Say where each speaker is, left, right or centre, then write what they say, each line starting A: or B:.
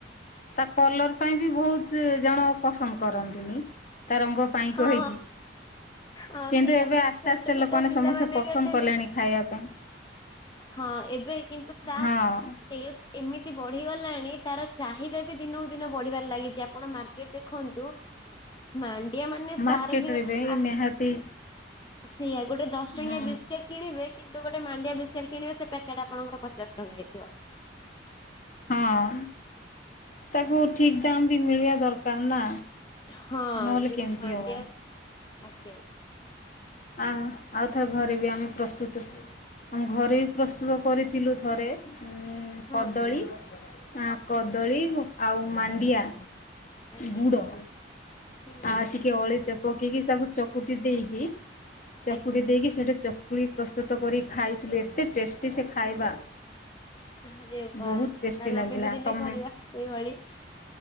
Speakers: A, on the left; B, on the left.
A: ତା କଲର ପାଇଁ ବି ବହୁତୁ ଜଣ ପସନ୍ଦ କରନ୍ତିନେହିଁ ତା ରଙ୍ଗ। ପାଇଁ
B: ହଁ
A: କହିଚି।
B: ହଁ
A: କିନ୍ତୁଏ
B: ସେଇଆ
A: ଏବେ ଆସ୍ତେ
B: ଛୋଟ
A: ଆସ୍ତେ
B: ଛୋଟ
A: ଲୋକମାନେ
B: ପିଲାମାନେ
A: ସମସ୍ତେ ପସନ୍ଦ
B: ବି ଅଛନ୍ତି
A: କଲେଣି ଖାଇବା ପାଇଁ।
B: ହଁ ଏବେ କିନ୍ତୁ ତା
A: ହଁ
B: ଟେଷ୍ଟ ଏମିତି ବଢିଗଲାଣି ତାର ଚାହିଦା ବି ଦିନକୁ ଦିନ ବଢିବାରେ ଲାଗିଚି ଆପଣ ମାର୍କେଟ ଦେ ଦେଖନ୍ତୁ ମାଣ୍ଡିଆ ମାନେ
A: ମାର୍କେଟରେ
B: ତାର ହିଁ
A: ବି
B: ଆ
A: ନିହାତି
B: ସେଇୟା ଗୋଟେ ଦଶ ଟଙ୍କିଆ
A: ହୁଁ
B: ବିସ୍କିଟ୍ କିଣିବେ କିନ୍ତୁ ଗୋଟେ ମାଣ୍ଡିଆ ବିସ୍ କିଣିବେ ସେ ପ୍ୟାକେଟ୍ ଆପଣଙ୍କର ପଚାଶ ଟଙ୍କା ହେଇଥିବ।
A: ହଁ ତାକୁ ଠିକ୍ ଦାମେ ବି ମିଳିବା ଦରକାର ନା।
B: ହଁ
A: ନହେଲେ
B: ଯେ
A: କେମିତି
B: ମଡିଆ
A: ହେବ
B: ଆଜ୍ଞା।
A: ଆଉ ଆଉ ଥରେ ଘର। ଏବେବି ଆମେ ପ୍ରସ୍ତୁତୁ ଆମେ ଘରେ ବି ପ୍ରସ୍ତୁତ କରିଥିଲୁ ଥରେ।
B: ହଁ
A: କଦଳୀ ଆଁ କଦଳୀ ଆଉ ମାଣ୍ଡିଆ।
B: ଆଜ୍ଞା
A: ବୁଡ଼।
B: ହୁଁ
A: ଆଉ ଟିକେ ଅଳେଇଚ ପକେଇକି ତାକୁ ଚକୁଟି ଦେଇକି ଚକୁଟି
B: ଆଜ୍ଞା
A: ଦେଇକି ସେଠି ଚକୁଳି ପ୍ରସ୍ତୁତ କରିକି ଖାଇଥିଲୁ ଏତେ ଟେଷ୍ଟି ସେ ଖାଇବା।
B: ଆରେ ବା
A: ବହୁତ
B: ତାହେଲେ
A: ଟେଷ୍ଟି ଲାଗିଲା
B: ଆମେ ବି ଦିନେ
A: ତମେ
B: କରିବା ଏଇଭଳି।